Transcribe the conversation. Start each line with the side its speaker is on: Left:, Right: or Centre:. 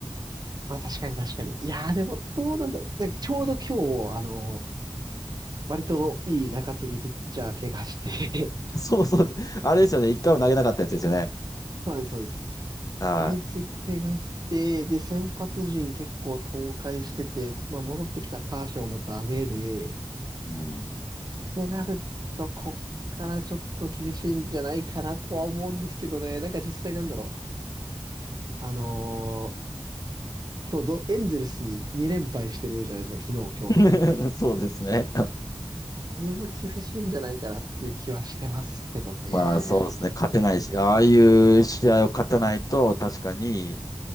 Right: まあ確かに確かに。いやー、でも、どうなんだろう。なんかちょうど今日、あの、割といい中継ぎピッチャー怪我して、
Left: <laughs> そうそう。あれですよね。一回も投げなかったやつですよね。
Right: <laughs> そうです、そうです。
Left: は
Right: あいつ怪我して、で、先発陣結構倒壊してて、まあ、戻ってきたカーショーもダメで、
Left: い。う
Right: っ
Left: ん。うん
Right: てなると、こっからちょっと厳しいんじゃないかなとは思うんですけどね。なんか実際なんだろう。あのー今日ど、エンゼルスに2連敗してるじゃないですか、昨日、
Left: <laughs>
Right: 今日と。
Left: そうですね。
Right: だいぶ厳しいんじゃないかなっていう気はしてますけどね。
Left: まあそうですね、勝てないし、ああいう試合を勝たないと、確かに、